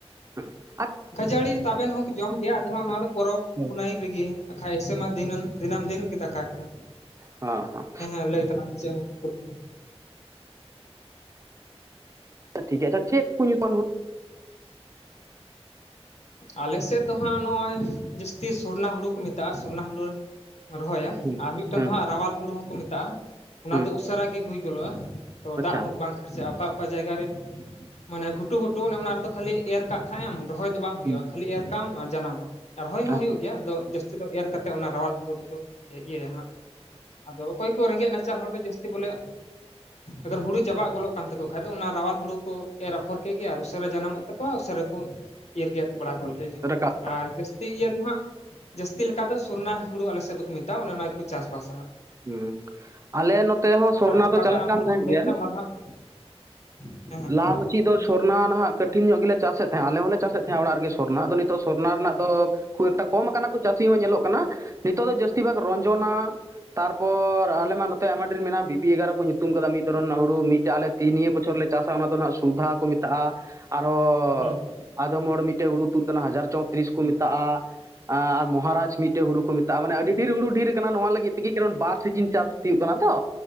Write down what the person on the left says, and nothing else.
ᱠᱷᱟᱹᱡᱟᱹᱲᱤ ᱛᱟᱵᱮᱱ ᱦᱚᱸᱠᱚ ᱡᱚᱢ ᱜᱮᱭᱟ ᱟᱫᱚ ᱦᱟᱸᱜ ᱱᱚᱣᱟ ᱫᱚ ᱯᱚᱨᱚᱵᱽ
ᱯᱩᱱᱟᱭ ᱨᱮᱜᱮ ᱟᱠᱷᱟᱡ ᱮᱥᱮ ᱢᱟ ᱫᱤᱱᱟᱹᱢ ᱫᱤᱱᱟᱹᱢ ᱫᱤᱱ ᱜᱮ ᱫᱟᱠᱟ ᱜᱮ
ᱦᱮᱸ ᱦᱮᱸ ᱞᱟᱹᱭ ᱛᱟᱞᱟᱝ ᱪᱮᱫ ᱮᱢ ᱠᱩᱞᱤ ᱠᱟᱱᱟ᱾
ᱟᱞᱮ ᱥᱮᱫ ᱫᱚ ᱦᱟᱸᱜ ᱱᱚᱜᱼᱚᱭ ᱡᱟᱹᱥᱛᱤ ᱥᱚᱨᱱᱟ ᱦᱩᱲᱩ ᱠᱚ ᱢᱮᱛᱟᱜᱼᱟ ᱥᱚᱨᱱᱟ ᱦᱩᱲᱩ ᱨᱚᱦᱚᱭᱟ᱾
ᱟᱨ ᱢᱤᱫᱴᱟᱝ
ᱫᱚ ᱦᱟᱸᱜ ᱨᱟᱣᱟᱞ ᱦᱩᱲᱩ ᱦᱚᱸᱠᱚ ᱢᱮᱛᱟᱜᱼᱟ᱾ ᱚᱱᱟ
ᱫᱚ ᱩᱥᱟᱹᱨᱟ ᱜᱮ ᱦᱩᱭ ᱜᱚᱞᱚᱜᱼᱟ᱾ ᱛᱚ ᱫᱟᱜ
ᱦᱚᱸ ᱵᱟᱝ ᱠᱷᱟᱨᱪᱟ ᱚᱠᱟ ᱚᱠᱟ ᱡᱟᱭᱜᱟ ᱨᱮ ᱢᱟᱱᱮ ᱜᱷᱩᱴᱩ ᱜᱷᱩᱴᱩ ᱚᱱᱮ ᱚᱱᱟ ᱨᱮᱫᱚ ᱠᱷᱟ ᱮᱨ ᱠᱟᱜ ᱠᱷᱟᱡ ᱮᱢ ᱨᱚᱦᱚᱭ ᱵᱟᱝ ᱦᱩᱭᱩᱜᱼᱟ
ᱠᱷᱟᱹᱞᱤ ᱮᱨ ᱠᱟᱢ ᱟᱨ ᱡᱟᱱᱟᱢᱚᱜᱼᱟ᱾ ᱟᱨ ᱨᱚᱦᱚᱭ
ᱦᱚᱸ ᱦᱩᱭᱩᱜ ᱜᱮᱭᱟ ᱟᱫᱚ ᱡᱟᱹᱥᱛᱤ ᱫᱚ ᱮᱨ ᱠᱟᱛᱮ ᱚᱱᱟ ᱨᱟᱣᱟᱞ ᱦᱩᱲᱩ ᱫᱚᱠᱚ ᱤᱭᱟᱹᱭᱟ ᱦᱟᱸᱜ᱾ ᱟᱫᱚ ᱚᱠᱚᱭ ᱠᱚ ᱨᱮᱸᱜᱮᱡ ᱱᱟᱪᱟᱨ ᱦᱚᱲ ᱫᱚ ᱡᱟᱹᱥᱛᱤ ᱵᱚᱞᱮ ᱟᱜᱟᱨ ᱦᱩᱲᱩ ᱪᱟᱵᱟᱜ ᱜᱚᱞᱚᱜ ᱠᱟᱱ ᱛᱟᱠᱚ ᱠᱷᱟᱡ ᱫᱚ ᱚᱱᱟ ᱨᱟᱣᱟᱞ ᱦᱩᱲᱩ ᱠᱚ ᱮᱨ ᱨᱟᱯᱷᱚᱨ ᱠᱮᱫ ᱜᱮᱭᱟ᱾ ᱟᱨ ᱩᱥᱟᱹᱨᱟ ᱡᱟᱱᱟᱢᱚᱜ <unintelligible> ᱠᱚ ᱩᱥᱟᱹᱨᱟᱠᱚ ᱤᱨ ᱜᱮᱫ ᱵᱟᱲᱟ ᱜᱚᱞ ᱠᱮᱫ ᱜᱮ ᱦᱟᱸᱜ᱾
ᱟᱨ ᱡᱟᱹᱥᱛᱤ ᱤᱭᱟᱹ ᱫᱚ ᱦᱟᱸᱜ ᱡᱟᱹᱥᱛᱤ ᱞᱮᱠᱟ ᱫᱚ ᱥᱚᱨᱱᱟ ᱦᱩᱲᱩ ᱟᱞᱮ ᱥᱮᱫ ᱫᱚᱠᱚ ᱢᱮᱟᱜᱼᱟ ᱚᱱᱮ ᱚᱱᱟ ᱠᱚ ᱪᱟᱥᱵᱟᱥᱼᱟ᱾
ᱟᱨ ᱚᱠᱟᱴᱟᱜ
ᱟᱢ
ᱦᱩᱲᱩᱢ
ᱞᱟᱹᱭᱮᱫ
ᱛᱟᱦᱮᱸ ᱚᱱᱟ ᱫᱚ ᱦᱟᱸᱜ ᱦᱮᱸ᱾ ᱦᱮᱸ
ᱦᱮᱸ